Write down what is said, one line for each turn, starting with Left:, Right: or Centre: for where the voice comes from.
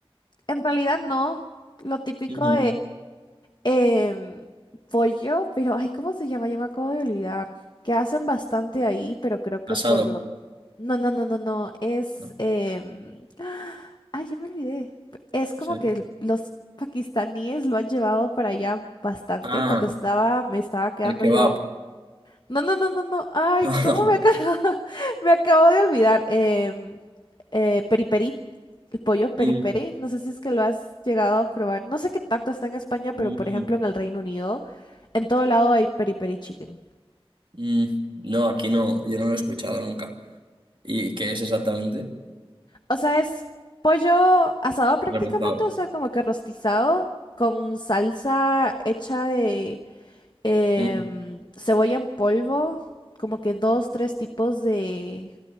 Left: en realidad no, lo típico
Right: Ujú.
Left: em, pollo, pero ay, ¿cómo se llama? Ya me acabo de olvidar. Que hacen bastante ahí, pero creo que
Right: Asado.
Left: por lo... No, no, no, no, no. Es...
Right: ¿no?
Left: em, <gasps> Ay, ya me olvidé. P- Es como
Right: Sí.
Left: que los pakistaníes lo han llevado para allá bastante.
Right: Ah,
Left: Cuando estaba, me estaba quedando
Right: el kebab.
Left: yo. No, no, no, no, no. Ay,
Right: <laughs>
Left: ¿cómo me acabo? <laughs> Me acabo de olvidar. Em, eh, periperi, el pollo
Right: Mm,
Left: periperi. No sé si es que lo has llegado a probar. No sé qué tanto está en España, pero
Right: mm,
Left: por ejemplo en el Reino Unido, en todo lado hay periperi chicken.
Right: mm. No, aquí no, yo no lo he escuchado nunca. ¿Y qué es exactamente?
Left: O sea, es pollo asado prácticamente,
Right: Repezado.
Left: o sea, como que rostizado con salsa hecha de em,
Right: Mm,
Left: cebolla en polvo, como que dos, tres tipos de